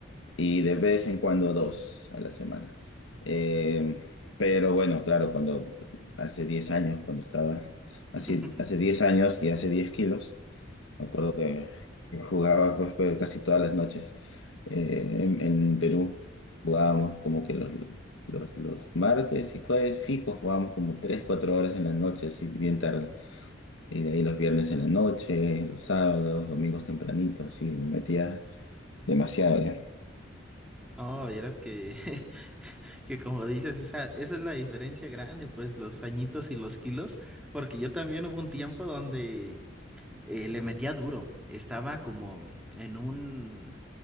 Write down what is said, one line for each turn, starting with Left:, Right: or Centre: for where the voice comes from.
Left: y de vez en cuando dos a la semana. Eh, pero bueno, claro, cuando hace 10 años, cuando estaba así,
Centre: <laughs>
Left: hace 10 años y hace 10 kilos, me acuerdo que, que jugaba pues, pero casi todas las noches eh, en, en Perú. Jugábamos como que los, los, los martes y jueves fijos, jugábamos como 3 4 horas en la noche, así bien tarde. Y de ahí los viernes en la noche, los sábados, domingos tempranito, así, me metía demasiado ya.
Centre: No, vieras que, <laughs> que como dices, esa, esa es la diferencia grande, pues los añitos y los kilos, porque yo también hubo un tiempo donde eh, le metía duro, estaba como en un,